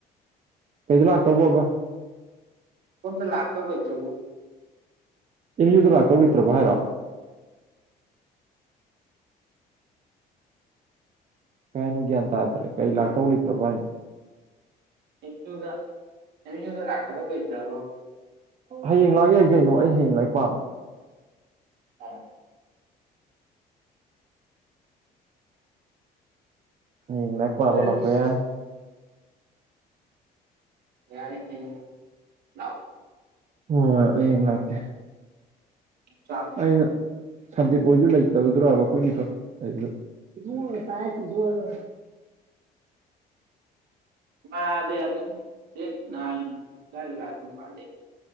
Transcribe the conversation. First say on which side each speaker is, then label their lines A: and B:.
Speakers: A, on the right; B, on the right.
A: ꯀꯩꯗ ꯂꯥꯛꯇꯧꯕꯕꯥ
B: ꯁꫭꯝꯗ ꯂꯥꯛꯇꯧ ꯂꯩꯇ꯭ꯔꯕꫭꯕꯥ
A: ꯑꯦꯝ ꯌꯨꯗ ꯂꯥꯛꯇꯧ ꯂꯩꯇ꯭ꯔꯕ ꯍꯥꯏꯔꯣ ꯀꯥꯏ ꯍꯥꯏꯅꯣ ꯒ꯭ꯌꯥꯟ ꯇꯥꯗ꯭ꯔꯦ ꯀꯩ ꯂꯥꯛꯇꯧ ꯂꯩꯗ꯭ꯔꯕ ꯍꯥꯏꯅꯣ
B: ꯑ‌ꯦꯝ ꯌꯨꯗ ꯑ‌ꯦꯝ ꯌꯨꯗ ꯂꯥꯛꯀꯗꯧ ꯂꯩꯇ꯭ꯔꯕ
A: ꯍꯌꯦꯡ ꯂꯥꯛ ꯌꯥꯏ ꯀꯩꯅꯣ ꯑꯩ ꯍꯌꯦꯡ ꯂꯥꯏꯔꯤꯛ ꯄꯥꯕ
B: ꯑꯝ
A: ꯎꯝ ꯂꯥꯏꯔꯤꯛ ꯄꯥꯕ
B: ꯑꯩꯁ
A: ꯂꯥꯛꯄ ꯌꯥꯏ
B: ꯌꯥꯏ ꯍꯌ‌ꯦꯡ ꯂꯥꯎ
A: ꯑꯣ ꯍꯌ‌ꯦꯡ ꯂꯛꯀ‌ꯦ
B: ꯆꯥꯛ
A: ꯑꯩꯅ ꯁꯟꯗꯤꯞ ꯑꯣꯏꯁꯨ ꯂꯩꯇꯕꯗ꯭ꯔꯕ ꯃꯈꯣꯏꯅꯤꯈꯛ ꯂꯩꯕꯗ <unintelligible>
B: ꯃꯥꯗꯤ ꯑꯗꯨꯝ ꯗꯦꯠ ꯅꯥꯏꯟ ꯑꯗꯥꯏꯗ ꯂꯥꯛꯇꯧ ꯃꯥꯜꯂ‌ꯦ